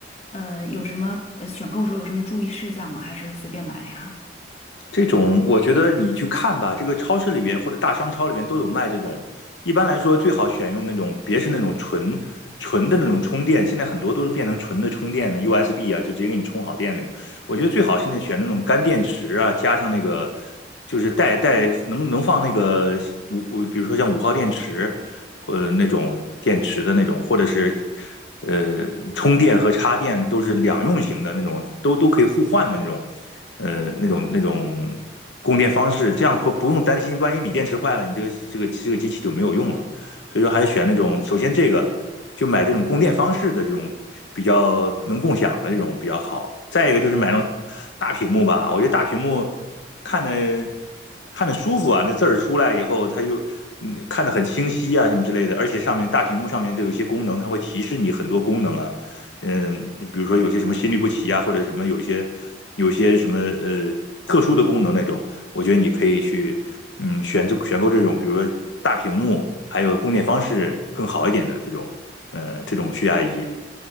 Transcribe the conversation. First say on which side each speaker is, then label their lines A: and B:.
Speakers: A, on the left; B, on the left.
A: 呃，有什么呃选购时候有什么注意事项吗？还是随便买呀？
B: 这种我觉得你去看吧，这个超市里边或者大商超里边都有卖这种。一般来说，最好选用那种，别是那种纯纯的那种充电，现在很多都是变成纯的充电的 USB 啊，就直接给你充好电那种。我觉得最好是那选那种干电池啊，加上那个就是带带能能放那个五比如说像五号电池，呃那种电池的那种，或者是呃充电和插电都是两用型的那种，都都可以互换的那种。呃那种那种供电方式，这样会不用担心，万一锂电池坏了，你这个这个这个机器就没有用了。所以说还是选那种，首先这个就买这种供电方式的这种比较能共享的这种比较好。再一个就是买那种大屏幕吧，我觉得大屏幕看的看着舒服啊，那字儿出来以后，它又嗯看得很清晰啊，什么之类的。而且上面大屏幕上面都有一些功能，它会提示你很多功能啊，嗯，比如说有些什么心律不齐呀，或者什么有些有些什么呃特殊的功能那种，我觉得你可以去嗯选这选购这种，比如说大屏幕，还有供电方式更好一点的这种呃这种血压仪。